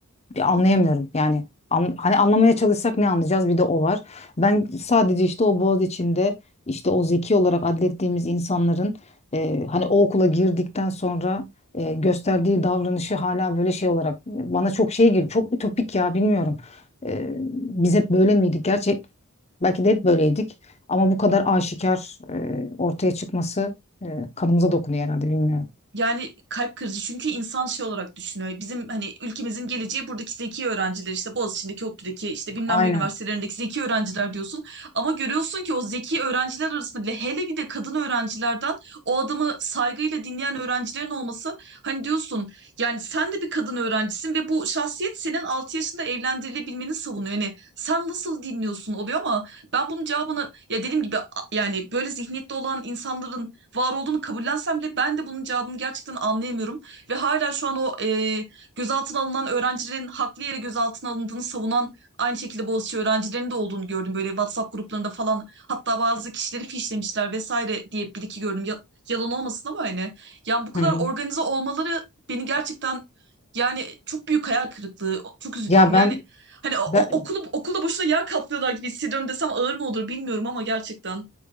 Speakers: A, on the left (about 30°); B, on the right (about 50°).
A: bir anlayamıyorum yani an- hani anlamaya çalışsak ne anlayacağız bir de o var. Ben sadece işte o boğaz içinde işte o zeki olarak adlettiğimiz insanların e, hani o okula girdikten sonra e, gösterdiği davranışı hala böyle şey olarak bana çok şey gibi çok ütopik ya bilmiyorum. E, biz hep böyle miydik gerçek belki de hep böyleydik ama bu kadar aşikar e, ortaya çıkması e, kanımıza dokunuyor herhalde bilmiyorum.
B: Yani kalp kırıcı çünkü insan şey olarak düşünüyor. Bizim hani ülkemizin geleceği buradaki zeki öğrenciler işte Boğaziçi'ndeki, ODTÜ'deki işte bilmem
A: Aynen.
B: ne üniversitelerindeki zeki öğrenciler diyorsun. Ama görüyorsun ki o zeki öğrenciler arasında bile hele bir de kadın öğrencilerden o adamı saygıyla dinleyen öğrencilerin olması hani diyorsun yani sen de bir kadın öğrencisin ve bu şahsiyet senin 6 yaşında evlendirilebilmeni savunuyor. Yani sen nasıl dinliyorsun oluyor ama ben bunun cevabını ya dediğim gibi a- yani böyle zihniyette olan insanların var olduğunu kabullensem bile ben de bunun cevabını gerçekten anlayamıyorum. Ve hala şu an o e, gözaltına alınan öğrencilerin haklı yere gözaltına alındığını savunan aynı şekilde Boğaziçi öğrencilerinin de olduğunu gördüm. Böyle WhatsApp gruplarında falan hatta bazı kişileri fişlemişler vesaire diye bir iki gördüm. Ya- yalan olmasın ama hani. Yani bu kadar
A: Hı.
B: organize olmaları beni gerçekten yani çok büyük hayal kırıklığı. Çok üzülüyorum.
A: Ya
B: Yani
A: ben,
B: Hani o,
A: ben
B: o- okulu okulda boşuna yağ kaplıyorlar gibi hissediyorum desem ağır mı olur bilmiyorum ama gerçekten.